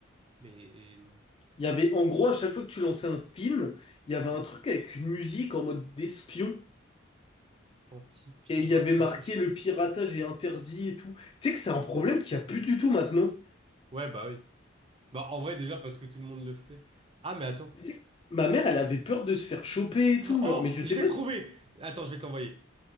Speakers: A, on the right; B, on the left.
A: Mais, euh,
B: Il y avait, en gros, à chaque fois que tu lançais un film, il y avait
A: ouais.
B: un truc avec une musique en mode d'espion.
A: Anti-piratage.
B: Et il y avait marqué le piratage est interdit et tout. Tu sais que c'est un problème qu'il n'y a plus du tout maintenant.
A: Ouais, bah oui. Bah en vrai, déjà parce que tout le monde le fait. Ah, mais attends.
B: Tu sais, ma mère, elle avait peur de se faire choper et tout.
A: Oh,
B: Genre, mais je sais
A: je l'ai
B: pas.
A: trouvé!
B: si-
A: Attends, je vais te l'envoyer.